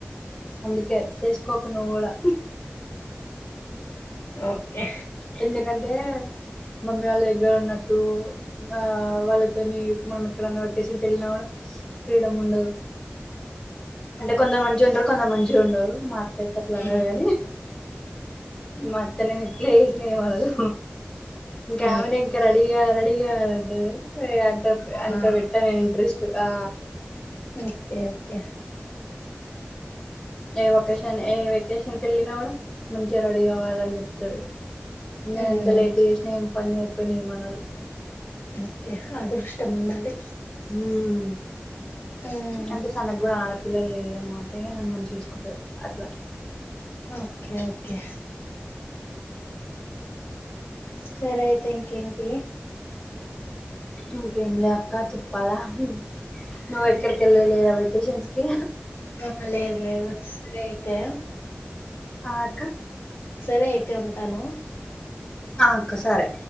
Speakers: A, on the left (about 20°); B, on the left (about 85°).
A: అందుకే చేసుకోకు నువ్వు కూడా
B: ఓకే
A: ఎందుకంటే మమ్మీ వాళ్ళ దగ్గర ఉన్నట్టు ఆ వాళ్ళతోని మనం ఎక్కడన్నా వెకేషన్కి వెళ్ళినా కూడా ఫ్రీడమ్ ఉండదు అంటే కొందరు
B: ఓకే
A: మంచిగా ఉంటారు కొందరు మంచి ఉండరు మాత్తయితే అట్లా
B: హ్మ్
A: ఉండదు గాని మా అత్త నేనెట్ల చేసిన ఎం అనదు ఇంకా
B: హ్మ్
A: ఆమెనే ఇంకా రెడీగా రెడీగాడు అంత
B: అవునా
A: అంత పెట్ టెన్ ఇంట్రెస్ట్ ఆ
B: ఓకే ఓకే
A: ఏ వకేషన్ ఏ వెకేషన్కి వెళ్ళినా కూడా మంచిగా రెడీ కావాలని చెప్తారు నేను
B: హ్మ్
A: ఎంత లేట్ చేసినా ఏం పని చెయ్యక పోయినా ఏమనరు
B: ఓకే అదృష్టం ఉండాలి
A: ఉమ్
B: హ్మ్
A: అంటే తనకు గుడా ఆడ పిల్లలు లేరు అన్నమాట ఇగ నన్ను మంచిగా చూసుకుంటారు అట్లా
B: ఓకే ఓకే సరే అయితే ఇంకేంటి
A: ఇంకేం లేక్క చెప్పాలా నువ్వు
B: ఇంకే
A: ఎక్కడికేళ్ళలేద వెకే కేషన్స్ కి
B: ఆ లేదు లేదు సరే అయితే
A: ఆ అక్క
B: సరే అయితే ఉంటాను
A: ఆ అక్క సరే